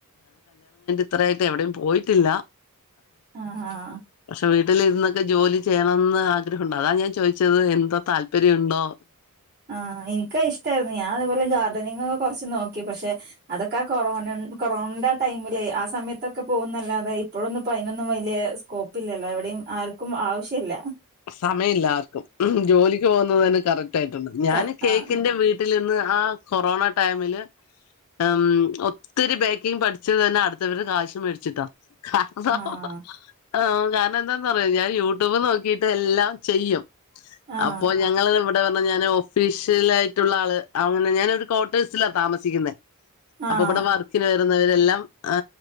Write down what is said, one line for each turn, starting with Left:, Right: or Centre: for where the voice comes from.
Left: ഇത്രായിട്ട് എവിടെയും പോയിട്ടില്ല
Right: ആഹ് ആഹ്
Left: പക്ഷെ വീട്ട വീട്ടിൽ ഇരുന്നൊക്കെ ജോലി ചെയ്യണം എന്ന് ആഗ്രഹം ഉണ്ട് അതാ ഞാൻ ചോദിച്ചത് എന്തോ താല്പര്യം ഉണ്ടോ
Right: ആ എനിക്കാ ഇഷ്ടായിരുന്നു ഞാൻ അതുപോലെ ഗാർഡനിങ് ഒക്കെ കുറച്ചച്ച് നോക്കി പക്ഷെ അതൊക്കെ കൊറോന കൊറോണന്റെ ആ ടൈമില് ആ സമയത്തൊക്കെ പോകുന്നല്ലാതെ ഇപ്പോഴൊന്ന ഇ അതിനൊന്നും വലിയ സ്കോപ്പില്ലല്ലോ അവിടെയും ആർക്കും ആവശ്യമില്ല
Left: സമയം ഇല്ലാർക്കും ജോലിക്ക് പോകുന്നത് തന്നെ കറക്റ്റ് ആയിട്ടുണ്ട് ഞൻ
Right: കർ
Left: കേക്കിന്റെ
Right: ആഹ്
Left: വീട്ട വീട്ടിൽ നിന്ന് ആ കൊറോണ ടൈമില് ഉം ഒത്തിരി ബേക്കിങ്ങ് പഠിച്ചത് തന്നെ അടുത്തവര് കാശം മേടിച്ചിട്ടാ കാരണം
Right: ആഹ്
Left: ആ കാരണം എന്താന്ന പറയാ ഞാൻ യൂട്യൂബ് നോക്കി എല്ലാം ചെയ്യും
Right: ആഹ്
Left: അപ്പോ ഞങ്ങള് ഇ എന്താ പറഞ്ഞ ഞാൻ ഓഫീഷ്യൽ ആയിട്ടുള്ള ആള് അങ്ങനെ ഞാനൊ ഒരു ക്ട്ടേഴ്സിലാ താമസിക്കുന്ന അപ്പൊ
Right: ആഹ്
Left: ഇവിടെ വർക്ക വരുന്നവരെല്ലാംആ